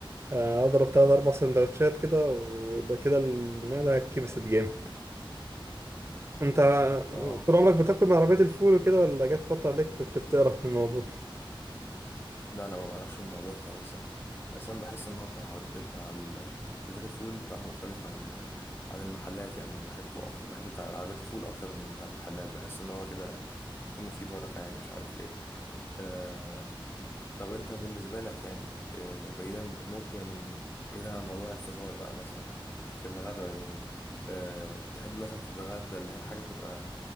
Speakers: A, on the right; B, on the left.
A: آه، اضرب تلات اربع سندوتشات كده ويبقى كده المعده كبست جامد انت
B: اه
A: طول عمرك بتاكل من عربيه الفول وكده ولا جت فتره عليك كنت بتقرف من الموضوع
B: لا لا ما بعرفش الموضوع خالص يعني اصلا بحس ان هو بتاع عرب... بتاع ال- عربية الفول بتاع مختلف عن عن المحلات يعني انا بحبه اكتر بحب بتاع عربية الفول اكتر من بتاع المحلات بحس ان هو كده انه فيه بركة يعني مش عارف ليه آه... طب انت بالنسبة لك يعني آه... بعيدا ممكن يعني بعيدا عن موضوع الفطار بقى مثلا في الغداء يعني آه... تحب مثلا تتغدى اللي هي حاجة تبقى